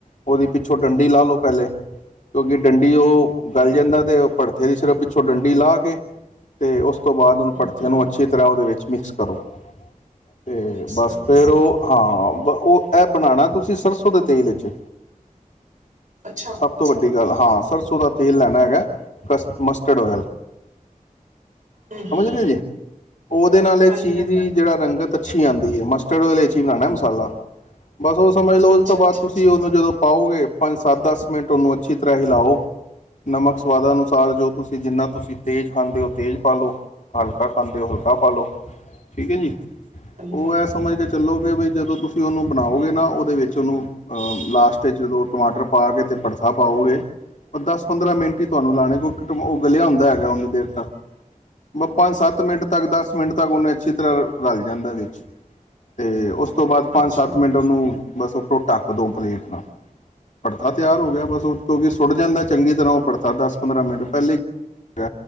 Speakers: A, on the left; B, on the right.
A: ਉਹਦੀ ਪਿੱਛੋਂ ਡੰਡੀ ਲਾ ਲਓ ਪਹਿਲੇ ਕਿਉਂਕਿ ਡੰਡੀ ੲਹ
B: ਹੂੰ
A: ਗੱਲ ਜਾਂਦਾ
B: ਹੂੰ
A: ਤੇ ਭੜਥੇ ਦੀ ਸਿਰਫ ਪਿੱਛੋਂ ਡੰਡੀ ਲਾ ਕੇ ਤੇ ੳਸ ਤੋਂ ਬਾਦ ੳਨੂੰ
B: ਹੂੰ
A: ਭੜਥੇ
B: ਹੂੰ
A: ਨੂੰ ਅੱਛੀ ਤਰਾਂ ੳਰੇ ਵਿੱਚ ਮਿਕਸ ਕਰੋ ਤੇ
B: ਮਿਕਸ
A: ਬਸ
B: ਕਰੋ
A: ਫੇਰ
B: ਹੂੰ
A: ੳਹ ਹਾਂ ਬ ਉਹ ਏ ਬਨਾਨਾ ਤੁਸੀ ਸਰਸੋਂ ਦੇ ਤੇਲ ਚ ਏ
B: ਅੱਛਾ
A: ਸਭ
B: ਹੂੰ
A: ਤੋਂ ਵੱਡੀ ਗੱਲ ਹਾਂ ਸਰਸੋਂ ਦਾ ਤੇਲ ਲੈਣਾ ਹੈਗਾ ਕਸ ਮਸਟਰਡ ਓੲਲ
B: ਹੂੰ
A: ਸਮਝ
B: ਹੂੰ
A: ਰਏ ਜੀ, ੳਦੇ ਨਾਲ ਏਹ
B: ਹਾਂਜੀ
A: ਚੀਜ
B: ਹਾਂਜੀ
A: ਦੀ ਜੇੜਾ ਰੰਗਤ ਅੱਛੀ ਆਂਦੀ ਏ। ਮਸਟਰਡ ਓੲਲ ਚ ਈ ਬਨਾਨਾ ਮਸਾਲਾ ਬਸ ੳਹ ਸਮਝ ਲੋ
B: ਅੱਛਾ
A: ੳਸ ਤੋਂ ਬਾਦ
B: ਅੱਛਾ
A: ਤੁਸੀ
B: ਅੱਛਾ
A: ੳਨੂੰ ਜਦੋਂ ਪਾਓਗੇ ਪੰਜ-ਸੱਤ-ਦਸ ਮਿੰਟ ੳਨੂੰ ਅੱਛੀ ਤਰਾ ਹਿਲਾਓ ਨਮਕ ਸਵਾਦਾਨੁਸਾਰ ਜੋ ਤੁਸੀ ਜਿੰਨਾ ਤੁਸੀ ਤੇਜ ਖਾਂਦੇ ਹੳ ਤੇਜ ਪਾ ਲੋ, ਹਲਕਾ ਖਾਂਦੇ ੳ ਹਲਕਾ ਪਾ ਲੋ, ਠੀਕ ਏ ਜੀ।
B: ਹਾਂਜੀ
A: ਓਹ ਏ ਸਮਝ ਕੇ ਚੱਲੋ ਵੀ ਜਦੋ ਤੁਸੀ ੳਨੂੰ ਬਨਾਓਗੇ ਨਾ ੳਦੇ ਵਿੱਚ ੳਨੂੰ ਹਾਂ ਲਾਸਟ ਚ ਜਦੋ ਟਮਾਟਰ ਪਾ ਕੇ ਤੇ ਭੜਥਾ ਪਾਓਗੇ ਬਸ ਦਸ-ਪੰਦਰਾਂ ਮਿੰਟ ਈ ਤਾਨੂੰ ਲਾਨੇ ਕਿਉਂਕਿ ੳਹ ਗਲੇਆ ਹੁੰਦਾ ਹੈਗਾ ਓਨੀ ਦੇਰ ਤੱਕ ਬਸ ਪੰਜ- ਸੱਤ ਮਿੰਟ ਤੱਕ, ਦਸ ਮਿੰਟ ਤੱਕ, ੳਨੇ ਅੱਛੀ ਤਰਾ ਰਲ ਜਾਂਦਾ ਵਿੱਚ ਤੇ ੳਸ ਤੋਂ ਬਾਦ ਪੰਜ-ਸੱਤ
B: ਅੱਛਾ ਹੂੰ
A: ਮਿੰਟ ੳਨੂੰ ਬਸ ਉੱਪਰੋ ਢੱਕ ਦੋ ਪਲੇਟ ਨਾਲ ਭੜਥਾ ਤੇਆਰ ਹੋ ਗਿਆ ਬਸ ੳਤੋ ਦਾ ਚੰਗੀ ਤਰਾ ੳਹ ਭੜਥਾ ਦਸ-ਪੰਦਰਾਂ ਮਿੰਟ ਪੈਲੇ ਈ